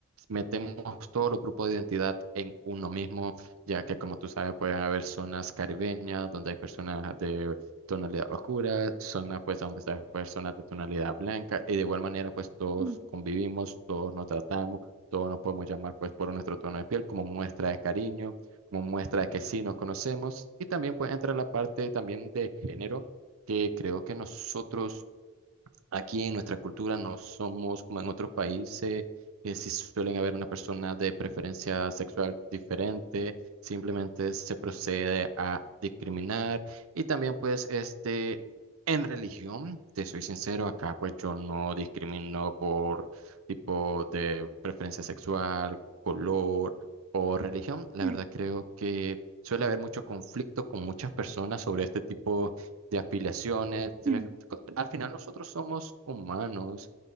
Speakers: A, on the right (about 80°); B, on the right (about 35°).
A: metemos todos los grupos de identidad en uno mismo ya que como tú sabes puede haber zonas caribeñas donde hay personas de tonalidad oscura, zonas pues donde hay personas de tonalidad blanca y de igual manera pues todos
B: Mm,
A: convivimos, todos nos tratamos, todos nos podemos llamar pues por nuestro tono de piel como muestra de cariño, como muestra de que sí nos conocemos y también pues entra la parte también de género que creo que nosotros Aquí en nuestra cultura no somos como en otros países, que si suelen haber una persona de preferencia sexual diferente, simplemente se procede a discriminar. Y también pues este, en religión, te soy sincero, acá pues yo no discrimino por tipo de preferencia sexual, color o religión. La
B: mm,
A: verdad creo que suele haber mucho conflicto con muchas personas sobre este tipo de aspiraciones. tres-
B: mm.
A: Al final nosotros somos humanos